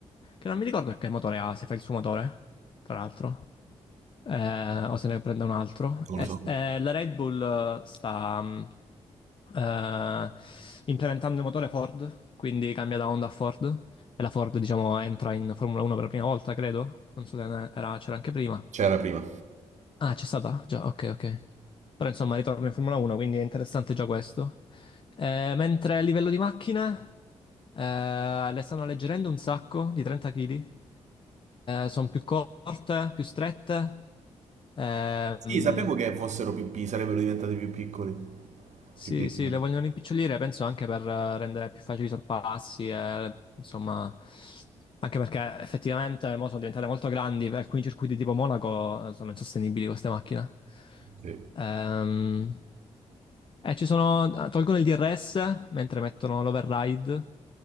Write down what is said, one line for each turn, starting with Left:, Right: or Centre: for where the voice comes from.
Left: che non mi ricordo che motore ha, se fa il suo motore, tra l'altro. Eh, o se ne prende un altro.
Right: Non
Left: Eh,
Right: lo so.
Left: s- eh, la Red Bull eh, sta mh, eh, implementando il motore Ford, quindi cambia da Honda a Ford. E la Ford, diciamo, entra in Formula 1 per la prima volta, credo. Non so se ne- era- c'era anche prima.
Right: C'era prima.
Left: Ah, c'è stata? Già, ok, ok. Però insomma, ritorno in Formula 1, quindi è interessante già questo. Eh, mentre a livello di macchine, eh, le stanno alleggerendo un sacco di 30 kg. sono più corte, più strette. Ehm,
Right: Sì, sapevo che fossero più, pi- sarebbero diventati più piccoli.
Left: sì,
Right: Più piccole.
Left: sì, le vogliono rimpicciolire, penso anche per eh, rendere più facili i sorpassi, e, insomma, anche perché effettivamente mo sono diventate molto grandi, per alcuni circuiti tipo Monaco eh, sono insostenibili queste macchine.
Right: Sì,
Left: Ehm, e ci sono, eh, tolgono il DRS mentre mettono l'override,